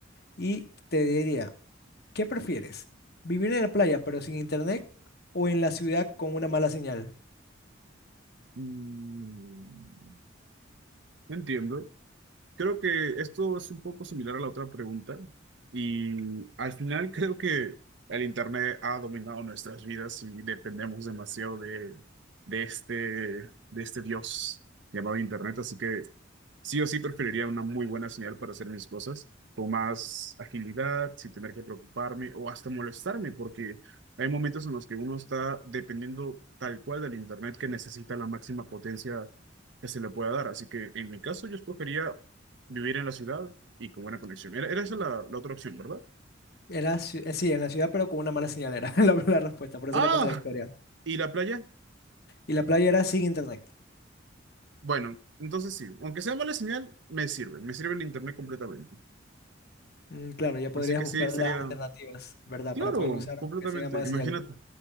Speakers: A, on the left (about 50°); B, on the right (about 65°).
A: Y te diría, ¿qué prefieres? ¿Vivir en la playa pero sin internet o en la ciudad con una mala señal?
B: Mm, entiendo. Creo que esto es un poco similar a la otra pregunta y al final <laughs> creo que el Internet ha dominado nuestras vidas y dependemos demasiado de, de este, de este Dios llamado Internet, así que sí o sí preferiría una muy buena señal para hacer mis cosas con más agilidad, sin tener que preocuparme o hasta molestarme, porque hay momentos en los que uno está dependiendo tal cual del Internet que necesita la máxima potencia que se le pueda dar. Así que en mi caso yo escogería Vivir en la ciudad y con buena conexión. Era, era esa la, la otra opción, ¿verdad?
A: Era, ci- eh, sí, en la ciudad pero con una mala señal era <laughs> la, la respuesta, por eso
B: ¡Ah!
A: era contradictoria.
B: ¿Y la playa?
A: Y la playa era sin internet.
B: Bueno, entonces sí. Aunque sea mala señal, me sirve. Me sirve el internet completamente.
A: Mm, claro, ya podrías
B: Así que
A: buscar
B: sí, sería...
A: las alternativas, ¿verdad?
B: Claro,
A: Para poder usar
B: completamente.
A: aunque tenga mala
B: Imagínate.
A: señal.